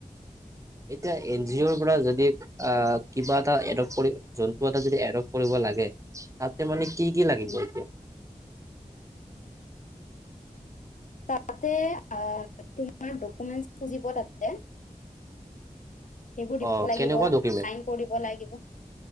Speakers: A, on the right; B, on the left.
A: এতিয়া এন জি অ'ৰ পৰা যদি। আহ কিবা এটা এডপ্ট জন্তু এটা যদি এডপ্ট কৰিব লাগে। তাতে মানে কি কি লাগিব
B: উম,
A: এতিয়া।
B: তাতে তোমাৰ ডকুমেন্ট খোজিব তাতে, সেইবোৰ দিব
A: অ
B: লাগিব
A: কেনেকুৱা ডকুমেন্ট
B: চাইন। কৰিব লাগিব